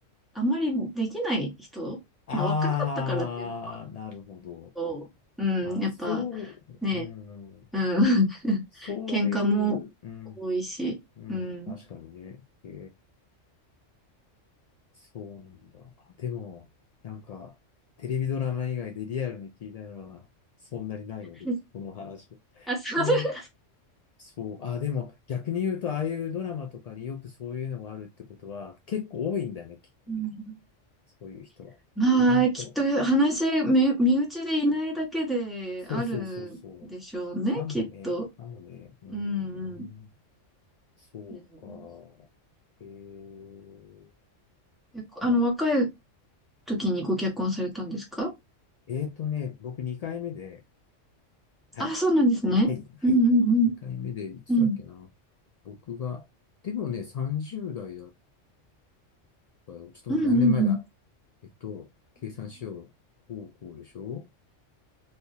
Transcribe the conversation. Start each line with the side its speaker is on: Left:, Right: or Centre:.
Centre: あんまりできない人、
Left: ああ、
Centre: まあ、若かったからっていうのもあ
Left: なるほど。
Centre: と、うん、
Left: あ、
Centre: やっぱ
Left: そう、
Centre: ね、
Left: うん、
Centre: うん、<laughs>
Left: そういう、
Centre: 喧嘩も多いし、
Left: うん、うん、
Centre: うん。
Left: 確かにね。えそうなんだ。あでも、なんか、テレビドラマ以外でリアルに聞いたのは、そんなにないので、
Centre: <laughs>
Left: この話。
Centre: あ、すいません。
Left: えーそう。あ、でも、逆に言うと、ああいうドラマとかによくそういうのがあるってことは、結構多いんだよね、きっとね。
Centre: うん
Left: そういう人は。
Centre: <laughs> まあ、
Left: 意外と。
Centre: きっと話、め身内でいないだけであるんでしょうね、
Left: そうそうそうそう。かもね、
Centre: きっと。
Left: かもね。うーん。
Centre: うん、うん。
Left: そうか。
Centre: うん
Left: えー、
Centre: えあの、
Left: あん
Centre: 若い時にご結婚されたんですか
Left: えーとね、僕2回目で、はい。
Centre: あ、そうなんですね。
Left: はい、はい。
Centre: うんうんうん。
Left: 2回目で、いつだっけな。
Centre: うん。
Left: 僕が、でもね、30代だったよ。ちょっと待って、
Centre: うんうん
Left: 何年前だ。えっと、計算しよう。高校でしょ